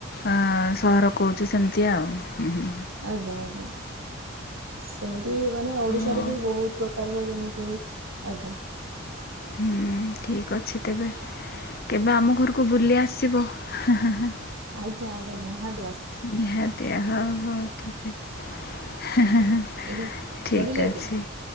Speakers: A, on the left (about 50°); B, on the right (about 85°).
A: ଅଁ ସହର କହୁଛୁ ସେମିତି ଆଉ ହୁଁ ହୁଁ।
B: ଆଜ୍ଞା ଆଜ୍ଞା। ସେମିତି ମାନେ ଓଡିଶାରେ
A: ହଁ।
B: ବି ବହୁତ ପ୍ରକାରର ଯେମିତି ଆଜ୍ଞା।
A: ହୁଁ ଠିକ୍ ଅଛି ତେବେ କେବେ ଆମ ଘରକୁ ବୁଲି ଆସିବ ହେଁ ହେଁ ହେଁ।
B: ଆଜ୍ଞା ଆଜ୍ଞା ନିହା
A: ନିହାତି ହଉ ହଉ ଠିକ୍ ଅଛି। ହେଁ
B: ଆଜ୍ଞା
A: ହେଁ ହେଁ
B: ଆଜ୍ଞା
A: ଠିକ୍
B: ରହିଲି ଆଜ୍ଞା।
A: ଅଛି।